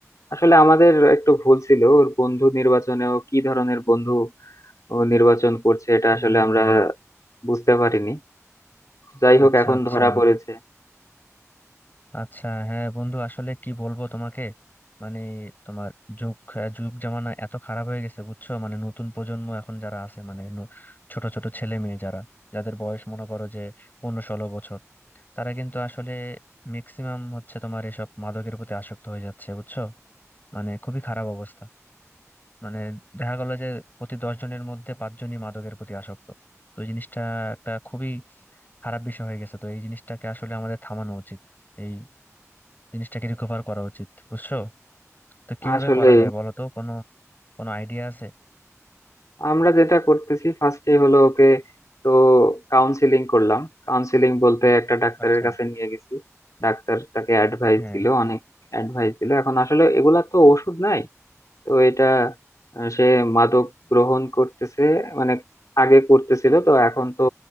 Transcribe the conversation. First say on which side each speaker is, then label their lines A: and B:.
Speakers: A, on the left; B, on the left.
A: আসলে আমাদের একটু ভুল ছিল ওর বন্ধু নির্বাচনেও কি ধরনের বন্ধু ও নির্বাচন করছে এটা
B: হুম
A: আসলে
B: হুম
A: আমরা
B: হুম।
A: বুঝতে পারিনি যাই হোক
B: আচ্ছা
A: এখন
B: আচ্ছা
A: ধরা পড়েছে
B: আচ্ছা হ্যাঁ বন্ধু আসলে কি বলবো তোমাকে মানে তোমার যুগ আহ, যুগ জামানা এত খারাপ হয়ে গেছে বুঝছো মানে নতুন প্রজন্ম এখন যারা আছে মানে ন- ছোট ছোট ছেলে মেয়ে যারা যাদের বয়স মনে করো যে পনেরো ষোলো বছর তারা কিন্তু আসলে ম্যাক্সিমাম হচ্ছে তোমার এসব মাদকের প্রতি আসক্ত হয়ে যাচ্ছে বুঝছো মানে খুবই খারাপ অবস্থা মানে দেখা গেল যে প্রতি দশ জনের মধ্যে পাঁচজনই মাদকের প্রতি আসক্ত তো এই জিনিসটা একটা খুবই খারাপ বিষয় হয়ে গেছে তো এই জিনিসটাকে আসলে আমাদের থামানো উচিত এই জিনিসটাকে রিকভার করা উচিত বুঝছো তো কিভাবে
A: আসলে
B: করা যায় বলো তো কোনো কোনো আইডিয়া আছে
A: আমরা যেটা করতেছি ফার্স্টে হলো ওকে তো কাউন্সিলিং করলাম কাউন্সিলিং বলতে একটা ডাক্তারের
B: আচ্ছা
A: কাছে নিয়ে গেছি ডাক্তার তাকে অ্যাডভাইস
B: হ্যাঁ
A: দিল অনেক অ্যাডভাইস দিল এখন আসলে এগুলা তো ওষুধ নাই তো এটা আহ, সে মাদক গ্রহণ করতেছে মানে আগে করতেছিল তো এখন তো